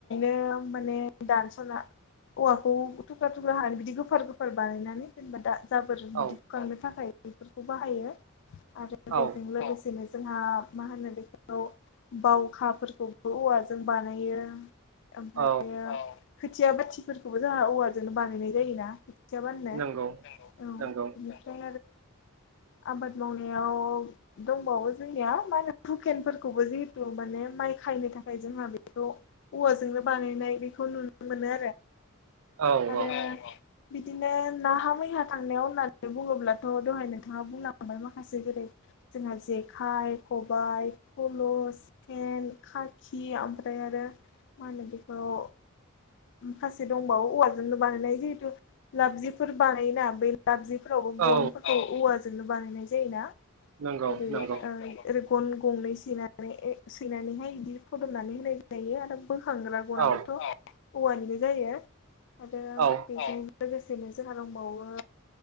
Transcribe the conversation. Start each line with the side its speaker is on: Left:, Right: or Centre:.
Left: <unintelligible> माने दानसना औवाखौ थुख्रा थुख्रा हानो बिदि गोफार गोफार बानायनानै जेनेबा दा <unintelligible>
Right: औ
Left: थाखाय बेफोरखौ बाहायो आरो
Right: औ
Left: बेजों लोगोसे जोंहा मा होनो बेखौ बावखाफोरखौबो औवाजों बानायो ओमफ्र
Right: औ
Left: खोथिया बाथिफोरखौबो जोंहा औवाराजों बानायनाय जायोना खौथिया बानो
Right: नंगौ
Left: औ
Right: नंगौ
Left: नोंथां
Right: <inaudible>
Left: आबाद मावनायाव दंबावो जोंनिया मा होनो हुकेनफोरखौबो जिहेतु माने माइ खायनो थाखाय जोंहा बेखौ औवाजों बानायनाय बेखौ नुनो मोनो
Right: औ
Left: आरो
Right: औ
Left: । बिदिनो नाहा मैहा थांनायाव होननानै बुङोब्लाथ दहाय नोंथाङा बुंलांबाय माखासे जेरै जोंहा जेखाइ खबायाइ फल सेन खाखि ओमफ्राय आरो मा होन बेखौ माखासे दंबावो औवालाजोंनो बानायनाय जिहेथु लाबजिफोर बानायोना बे दाबजिफोरावबो
Right: औ
Left: गनफोरखौ औवाजोंनो बानायनाय जायोना
Right: नंगौ
Left: जेरै
Right: नंगौ
Left: ओ गन गंनै सनानै सैनानैहाय बिदि फदमनानै होनाय जायो आरो बोखांग्रा गनाबोथ
Right: औ
Left: औवानिनो जायो आरो
Right: औ
Left: बिदि लोगोसेनो जोंहा दंबावो